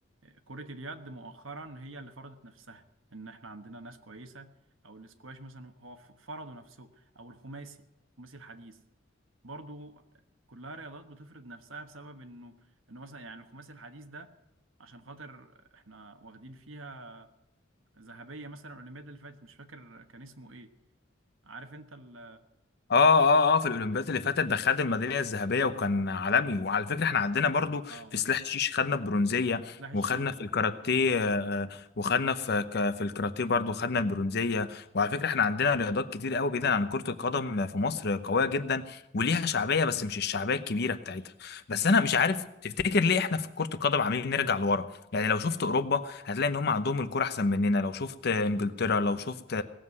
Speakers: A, on the right; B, on the left.
A: كرة اليد مؤخرا هي اللي فرضت نفسها ان احنا عندنا ناس كويسة او الاسكواش مثلا هو ف- فرضوا نفسهم او الخماسي الخماسي الحديث برضو كلها رياضات بتفرض نفسها بسبب انه انه مثلا يعني الخماسي الحديث ده عشان خاطر احنا واخدين فيها ذهبية مثلا الاولمبياد اللي فاتت مش فاكر كان اسمه ايه عارف انت ال
B: اه اه اه في الاولمبياد اللي فاتت ده خد الميداليه الذهبيه وكان عالمي وعلى فكره احنا عندنا برضو
A: اه
B: في سلاح الشيش خدنا البرونزيه
A: سلاح الشيش
B: وخدنا في الكاراتيه
A: اه
B: آه، وخدنا في ك- في الكاراتيه برضو خدنا البرونزيه وعلى فكره احنا عندنا رياضات كتير قوي بعيدا عن كره القدم في مصر قويه جدا وليها شعبيه بس مش الشعبيه الكبيره بتاعتها بس انا
A: اه
B: مش عارف تفتكر ليه احنا في كره القدم عاملين نرجع لورا يعني لو شفت اوروبا هتلاقي ان هم عندهم الكره احسن مننا لو شفت انجلترا لو شفت